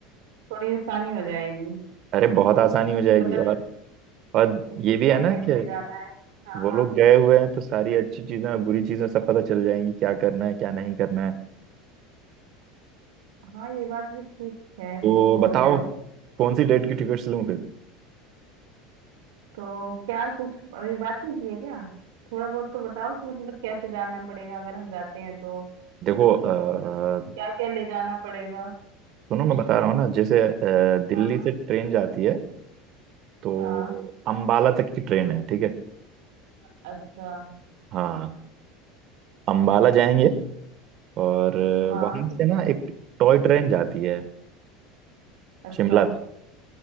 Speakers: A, on the right (about 70°); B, on the right (about 50°).
A: थोड़ी आसानी हो जाएगी
B: अरे बहुत आसानी हो जाएगी
A: फिर पता
B: और और
A: कि
B: ये भी
A: क्या
B: है ना
A: क्या ले
B: कि
A: जाना है हाँ
B: वो
A: हाँ
B: लोग गए हुए हैं तो सारी अच्छी चीजें और बुरी चीजें सब पता चल जाएंगी क्या करना है क्या नहीं करना है
A: हाँ ये बात भी ठीक है
B: तो
A: ठीक बोल
B: बताओ
A: रहे हो
B: कौन सी डेट की टिकट्स लूँ फिर
A: तो क्या कुछ अभी बात नहीं की है क्या थोड़ा बहुत तो बताओ कि मतलब कैसे जाना पड़ेगा अगर हम जाते हैं तो
B: देखो अ,
A: क्या क्या ले जाना पड़ेगा
B: सुनो
A: कुछ
B: मैं बता रहा हूँ ना जैसे अ, दिल्ली
A: हाँ
B: से ट्रेन जाती है तो
A: हाँ
B: अंबाला तक की ट्रेन है ठीक है
A: अच्छा
B: हाँ अंबाला जाएंगे और
A: हाँ
B: वहां
A: ठीक
B: से
A: है
B: ना एक टॉय ट्रेन जाती है
A: अच्छा
B: शिमला तक